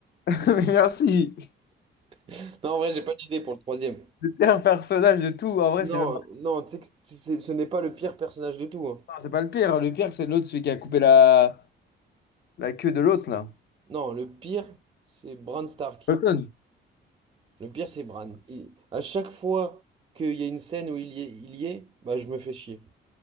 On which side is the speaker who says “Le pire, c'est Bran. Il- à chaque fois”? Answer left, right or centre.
Right